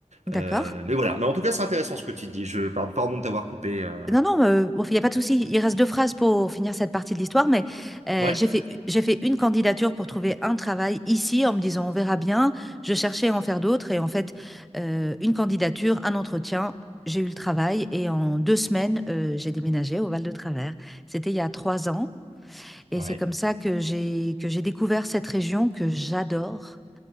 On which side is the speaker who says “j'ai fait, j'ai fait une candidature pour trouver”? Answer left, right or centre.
Centre